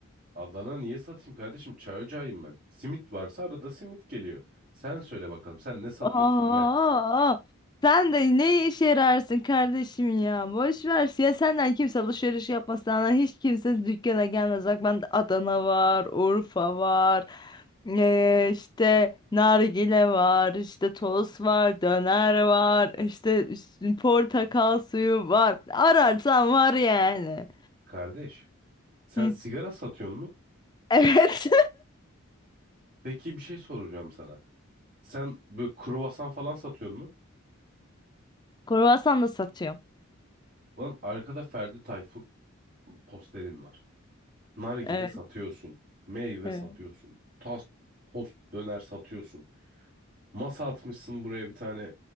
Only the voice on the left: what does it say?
Aa,
sen de ne işe yararsın kardeşim ya? Boş ver. Ya senden kimse alışveriş yapmaz. Senden hiç kimse dükkana gelmez. Bak bende Adana var, Urfa var. Ee, işte nargile var, işte toz var, döner var, işte üst- portakal suyu var. Ararsan var yani.
Hı.
Evet.
<laughs> Kruvasan da satıyorum.
Evet.
Evet.